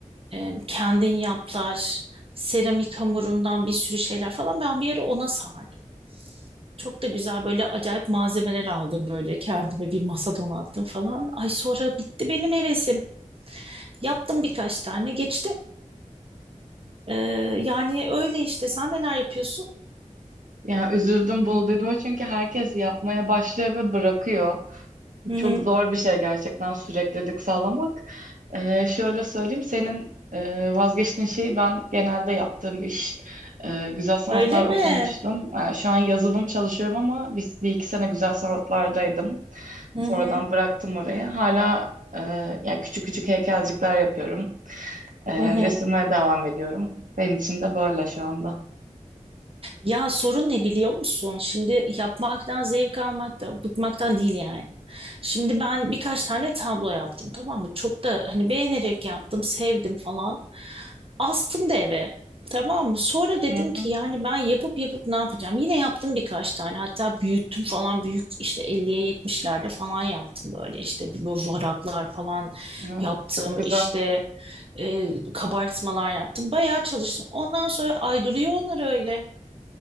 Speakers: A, on the right; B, on the right.
A: e, kendin yaplar seramik hamurundan bir sürü şeyler falan ben bir ara ona sardım. Çok da güzel böyle acayip malzemeler aldım böyle kendime bir masa donattım falan. Ay sonra bitti benim hevesim. Yaptım birkaç tane geçti. Ee, yani öyle işte sen neler yapıyorsun?
B: Yani üzüldüm bunu duyduğuma çünkü herkes yapmaya başlıyor ve bırakıyor.
A: Hı
B: Çok
A: hı.
B: zor bir şey gerçekten süreklilik sağlamak. E, şöyle söyleyeyim, senin e, vazgeçtiğin şeyi ben genelde yaptığım iş. E, güzel sanatlar
A: Öyle mi?
B: okumuştum. E, şu an yazılım çalışıyorum ama biz bir iki sene güzel sanatlardaydım.
A: Hı
B: Sonradan
A: hı.
B: bıraktım orayı. Hala e, yani küçük küçük heykelcikler yapıyorum. Ee,
A: Hı hı.
B: resimlere devam ediyorum. Benim için de böyle şu anda.
A: Ya sorun ne biliyor musun? Şimdi yapmaktan zevk almaktan, bıkmaktan değil yani. Şimdi ben birkaç tane tablo yaptım tamam mı? Çok da hani beğenerek yaptım, sevdim falan. Astım da eve. Tamam mı? Sonra dedim
B: Hı
A: ki
B: hı.
A: yani ben yapıp yapıp ne yapacağım? Yine yaptım birkaç tane. Hatta büyüttüm falan. Büyük işte elliye yetmişlerde falan yaptım böyle. İşte bir böyle varaklar falan
B: Hı,
A: yaptım.
B: çok güzel.
A: İşte e, kabartmalar yaptım. Bayağı çalıştım. Ondan sonra ay duruyor onlar öyle.